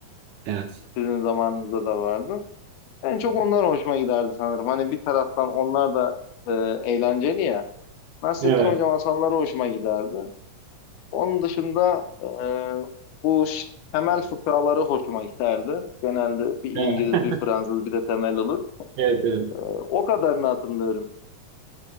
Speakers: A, on the right (about 80°); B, on the left (about 75°).
A: Evet.
B: Sizin zamanınızda da vardı. En çok onlar hoşuma giderdi sanırım. Hani bir taraftan onlar da e, eğlenceli ya. Nasrettin
A: Evet,
B: Hoca masalları hoşuma giderdi. Onun dışında e, bu ş- temel fıkraları hoşuma giderdi. Genelde bir İngiliz,
A: evet,
B: bir Fransız, bir de temel olur.
A: evet, evet.
B: E, o kadarını hatırlıyorum.